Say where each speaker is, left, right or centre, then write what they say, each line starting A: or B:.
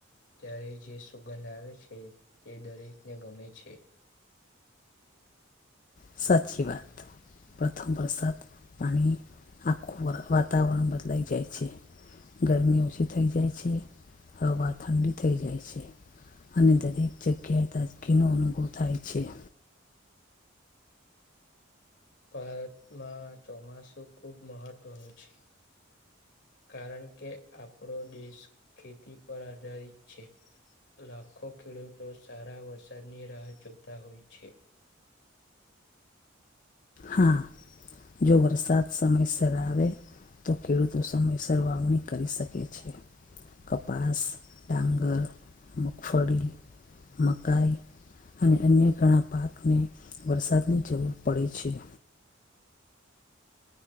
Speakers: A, on the left; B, on the left.
A: ત્યારે જે સુગંધ આવે છે તે દરેકને ગમે છે.
B: સાચી વાત. પ્રથમ વરસાદ પાણી આખું વાતાવરણ બદલાઈ જાય છે. ગરમી ઓછી થઈ જાય છે, હવા ઠંડી થઈ જાય છે. અને દરેક જગ્યાએ ગદકીનો અનુભવ થાય છે.
A: ભારતમાં ચોમાસું ખુબ મહત્વનું છે. કારણ કે આપણો દેશ ખેતી પર આધારિત છે. લાખો ખેડૂતો સારા વરસાદની રાહ જોતા હોય છે.
B: હા. જો વરસાદ સમયસર આવે, તો ખેડૂતો સમયસર વાવણી કરી શકે છે. કપાસ, ડાંગર, મગફળી, મકાઈ. અને અન્ય ઘણા પાકને વરસાદની જરૂર પડે છે.